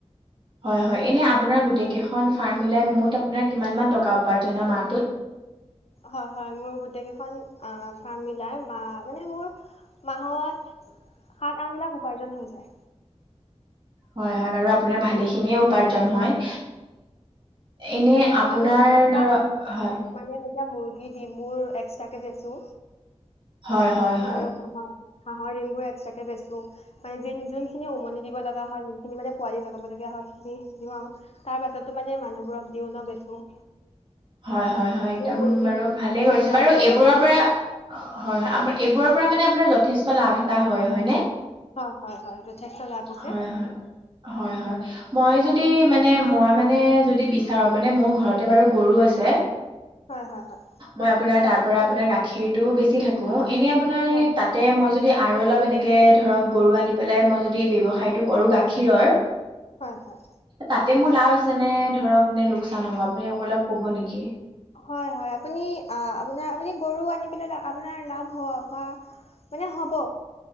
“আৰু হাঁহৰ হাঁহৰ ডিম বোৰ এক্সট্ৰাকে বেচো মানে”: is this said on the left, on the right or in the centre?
Left